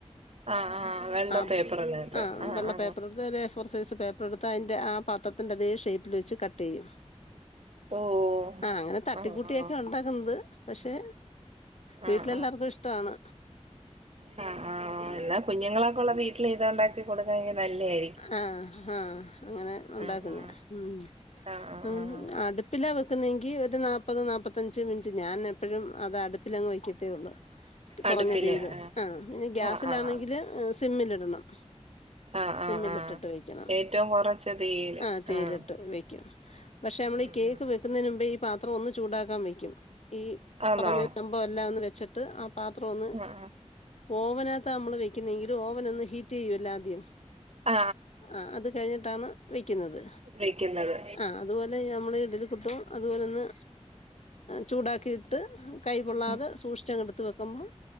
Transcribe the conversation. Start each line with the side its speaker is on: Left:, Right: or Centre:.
Right: ആഹ് ആഹ് വെള്ള
Left: ആം
Right: പേപ്പറിനകത്ത്
Left: ആ
Right: ആഹ്
Left: വെള്ള
Right: ആഹ്
Left: പേപ്പറും വേറെ എ ഫോർ സൈസ് പേപ്പറെടുത്ത് അതിന്റെ ആ പാത്രത്തിന്റെ അതേ ഷേപ്പില് വെച്ച് കട്ട്ചെയ്യും
Right: ഓഹ്
Left: ആ അങ്ങനെ തട്ടിക്കൂട്ടിയൊക്കെ
Right: ആഹ് ആഹ്
Left: ഒണ്ടാക്കുന്നത് പക്ഷെ
Right: ആഹ്
Left: വീട്ടിലെല്ലാർക്കും ഇഷ്ടമാണ്
Right: ആ
Left: ആ
Right: എന്നാ കുഞ്ഞുങ്ങളൊക്കെയൊള്ള വീട്ടില് ഇത് ഒണ്ടാക്കി കൊടുക്കാങ്കി നല്ലയാ
Left: ആ ആ അങ്ങനെ ഉണ്ടാക്കും
Right: ആഹ് ആഹ്
Left: ഞാൻ ഉം
Right: ആഹ് ആഹ്
Left: അങ്ങനെ
Right: ആഹ്
Left: അടു അടുപ്പിലാ വെക്കുന്നതെങ്കി ഒരു നാപ്പത് നാപ്പത്തഞ്ച് മിനിറ്റ് ഞാൻ എപ്പഴും അത് അടുപ്പിലങ്ങ് വയ്ക്കത്തേ ഉള്ളൂ കൊറഞ്ഞ
Right: അടുപ്പില്
Left: തീയില്
Right: ആഹ്
Left: ആ ഇനി ഗ്യാസിലാണെങ്കില്
Right: ആഹ് ആഹ്
Left: സിമ്മിലിടണം
Right: ആഹ്
Left: സിമ്മിലിട്ടിട്ട്
Right: ആഹ് ആഹ്
Left: വെക്കണം
Right: ഏറ്റവും കുറച്ച തീയില്
Left: ആ തീയിലിട്ട്
Right: ആഹ്
Left: വെക്കും പക്ഷെ നമ്മളീ
Right: ഉം
Left: കേക്ക്
Right: ഉം
Left: വെക്കുന്നതിനുമുമ്പേ ഈ പാത്രം ഒന്ന് ചൂടാക്കാൻ വെക്കും ഈ
Right: ആന്നോ
Left: പറഞ്ഞ നമ്മ് പ്പം എല്ലാം ഒന്നുവെച്ചിട്ട് ആ പാത്രമൊന്ന്
Right: ആഹ്
Left: ഓവനാത്ത നമ്മള് വെക്കുന്നെങ്കി ഓവനൊന്ന് ഹീറ്റുചെയ്യുവല്ലൊ ആദ്യം
Right: ആ
Left: ആ അതുകഴിഞ്ഞിട്ടാണ് വെക്കുന്നത്
Right: വെക്കുന്നത്
Left: ആ അതുപോലെ ഞമ്മളെ ഇഡിലികുട്ടും അതുപോലൊന്ന് ചൂടാക്കിയിട്ട് കൈ പൊള്ളാതെ
Right: ഉം
Left: സൂക്ഷിച്ചങ്ങെടുത്ത് വെക്കുമ്പം